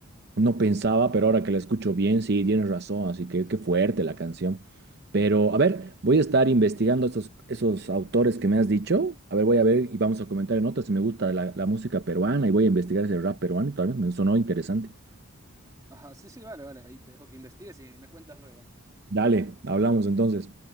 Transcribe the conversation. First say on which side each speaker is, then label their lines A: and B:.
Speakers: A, on the right; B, on the right.
A: No pensaba, pero ahora que la escucho bien, sí, tienes razón, así que qué fuerte la canción. Pero a ver, voy a estar investigando esos, esos autores que me has dicho. A ver, voy a ver y vamos a comentar en otras si me gusta la, la música peruana y voy a investigar ese rap peruano, tal vez me sonó interesante.
B: Ajá, sí, sí, vale, vale, ahí te dejo que investigues y me cuentas luego.
A: Dale, hablamos entonces.